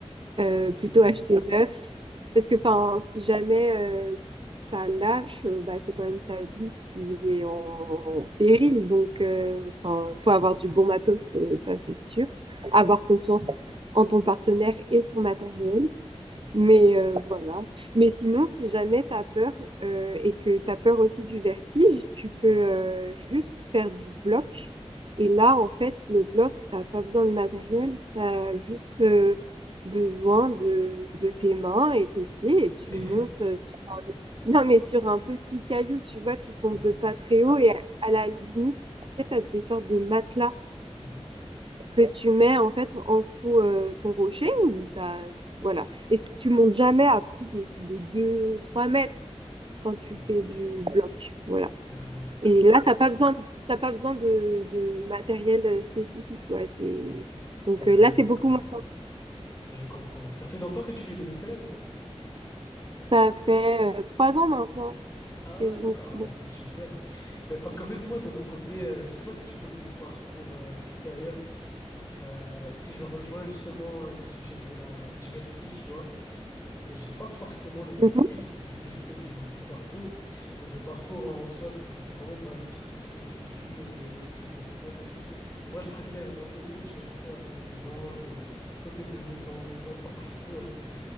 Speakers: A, on the right; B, on the left.
A: Euh,
B: Ah,
A: plutôt
B: d'accord.
A: acheter neuf. Parce que
B: Mhm,
A: enfin, si jamais euh, ça lâche, euh, bah, c'est quand même ta vie qui est en péril. Donc, euh, enfin, faut avoir du bon matos, euh, ça c'est sûr.
B: mhm,
A: Avoir confiance en ton partenaire et ton matériel.
B: mhm,
A: Mais euh, voilà. Mais sinon, si jamais tu as peur euh, et que tu as peur aussi du vertige, tu peux
B: mhm, mhm.
A: euh, juste faire du bloc. Et là, en fait, le bloc, t'as pas besoin de matériel, tu as juste euh, besoin de, de tes mains et tes pieds et tu
B: <laughs>
A: montes euh, sur un... <laughs> Non, mais sur un petit caillou, tu vois, tu tombes
B: Ah,
A: de pas très haut et à, à
B: ouais.
A: la limite, peut-être t'as des sortes de matelas
B: Mhm,
A: que tu mets en fait en dessous euh, ton rocher ou t'as voilà et si tu montes jamais à plus de, de 2 3 mètres quand tu
B: mhm.
A: fais du bloc voilà
B: Ah, d'accord.
A: et là t'as pas besoin t'as pas besoin de, de matériel euh, spécifique quoi c'est
B: Mhm.
A: donc
B: Ah,
A: euh, là c'est
B: d'accord,
A: beaucoup moins
B: je comprends. Je comprends, oui. Ça fait longtemps que tu fais de l'escalade?
A: ça fait euh, trois ans maintenant
B: Ah,
A: que je
B: d'accord,
A: m'y suis
B: Ah, bah, c'est super. hein. Mais parce qu'en fait, moi, de mon côté, euh, je sais pas si tu connais le parcours euh, extérieur. Euh, si je rejoins justement euh, le sujet de la, du vertige, tu vois, j'ai pas forcément le vertige
A: Mhm.
B: vu que je fais du, du parcours. Donc, le parcours en soi, c'est, c'est vraiment basé sur tout ce qui est figure et esquive d'obstacles et tout. Mais moi, je préfère monter, tu sais, sur les toits des maisons et sauter de maison en maison tant que je peux, hein,